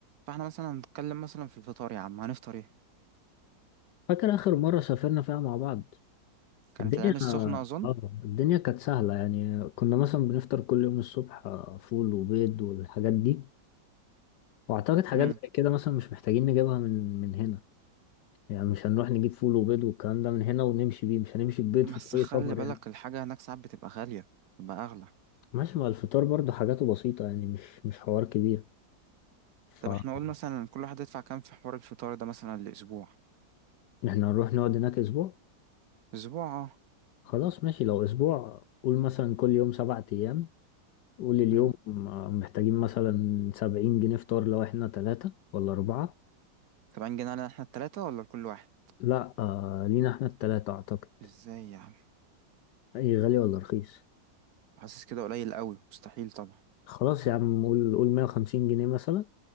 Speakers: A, on the right (about 65°); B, on the left (about 70°).
A: فاحنا مثلا هنتكلم مثلا في الفطار يا عم هنفطر ايه
B: فاكر آخر مرة سافرنا فيها مع بعض
A: كانت
B: الدنيا
A: العين السخنة
B: اه
A: اظن
B: الدنيا كانت سهلة يعني كنا مثلا بنفطر كل يوم الصبح آه، فول وبيض والحاجات دي وأعتقد حاجات
A: امم
B: زي كده مثلا مش محتاجين نجيبها من من هنا يعني مش هنروح نجيب فول وبيض والكلام ده من هنا ونمشي بيه مش هنمشي ببيض
A: بس
B: في طريق
A: خلي
B: سفر
A: بالك
B: يعني
A: الحاجة هناك ساعات بتبقى غالية بتبقى اغلى
B: ماشي ما الفطار برضو حاجاته بسيطة يعني مش مش حوار كبير فاحنا
A: طب احنا قول مثلا كل واحد يدفع كام في حوار الفطار ده مثلا الاسبوع
B: هنروح نقعد هناك أسبوع
A: اسبوع
B: خلاص ماشي لو أسبوع قول مثلا كل يوم سبعة أيام قول اليوم
A: اه
B: آه، محتاجين مثلا سبعين جنيه فطار لو احنا تلاتة ولا أربعة
A: 70 جنيه علينا احنا التلاتة ولا لكل واحد
B: لا آه لينا احنا التلاتة أعتقد
A: ازاي يا عم
B: أي غالي ولا رخيص
A: حاسس كده قليل قوي مستحيل طبعا
B: خلاص يا عم قول قول مية وخمسين جنيه مثلا